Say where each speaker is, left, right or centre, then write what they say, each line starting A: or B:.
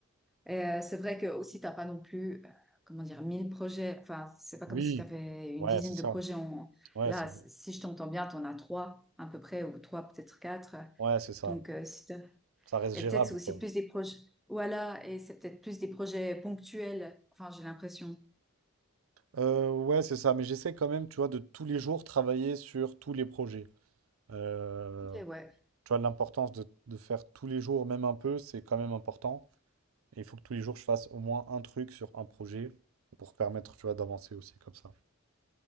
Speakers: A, in the centre; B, on the right (about 80°).
A: Et euh, c'est vrai que aussi t'as pas non plus, euh, comment dire, 1000 projets. Enfin, c'est pas
B: Oui,
A: comme si tu avais une
B: ouais,
A: dizaine
B: c'est ça.
A: de projets. En...
B: Ouais,
A: Là,
B: c'est
A: c-
B: bon.
A: si je t'entends bien, t'en as trois à peu près ou trois peut-être quatre.
B: Ouais, c'est ça.
A: Donc, euh, si t'as-
B: Ça reste
A: et
B: gérable,
A: peut-être c'est aussi
B: quoi.
A: plus des projets. Voilà, et c'est peut-être plus des projets ponctuels. Enfin, j'ai l'impression.
B: Euh, ouais, c'est ça, mais j'essaie quand même, tu vois, de tous les jours travailler sur tous les projets. Euh,
A: Ok, ouais.
B: tu vois, l'importance de, de faire tous les jours, même un peu, c'est quand même important. Et il faut que tous les jours, je fasse au moins un truc sur un projet pour permettre, tu vois, d'avancer aussi comme ça.